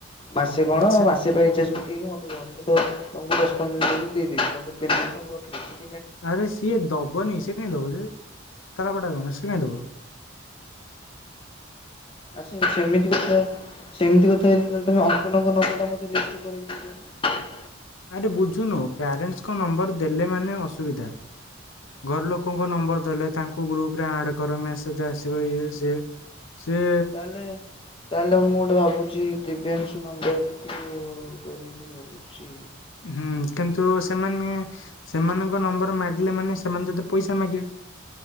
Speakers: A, on the left; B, on the left.
A: ମାସେ କଣ
B: ସେ
A: ମାସେ ପାଇଁ ରିଚାର୍ଜ ପକେଇକି ମତେ ଦବ ମୁଁ <inaudible> ଓ ତମକୁ ଦଶ ପନ୍ଦର ଦିନ ଭିତରେ ଦେଇଦେବି <inaudible> ମୁଁ ରଖିଦଉଛି।
B: ଆରେ ସିଏ ଦବନି ସେ କାଇଁ ଦବ ଯେ? ତା ଲାଭଟା କଣ ସେ କାଇଁ ଦେବ?
A: ଆଚ୍ଛା ସେମିତି କଥା ସେମିତି କଥା ଯଦି ତମେ ତାହେଲେ ତମେ ଅଙ୍କଲଙ୍କ ନମ୍ବରଟା ମୋତେ <unintelligible> କରିକି ଦେଇଦେଉନ?
B: ଆରେ ବୁଝୁନୁ ପ୍ୟାରେଣ୍ଟସଙ୍କ ନମ୍ବର ଦେଲେ ମାନେ ଅସୁବିଧା ଘର ଲୋକଙ୍କ ନମ୍ବର ଦେଲେ ତାଙ୍କୁ ଗ୍ରୁପରେ ଆଡ୍ କର ମେସେଜ ଆସିବ ଇଏ ସିଏ ସିଏ
A: ତାହେଲେ ତାହେଲେ ମୁଁ ଗୋଟେ ଭାବୁଛି ଦିବ୍ୟାଂଶୁ ନମ୍ବର <unintelligible> କରିବି ଭାବୁଛି।
B: ହୁଁ କିନ୍ତୁ ସେମାନେ ସେମାନଙ୍କ ନମ୍ବର ମାଗିଲା ମାନେ ସେମାନେ ତତେ ପଇସା ମାଗିବେ।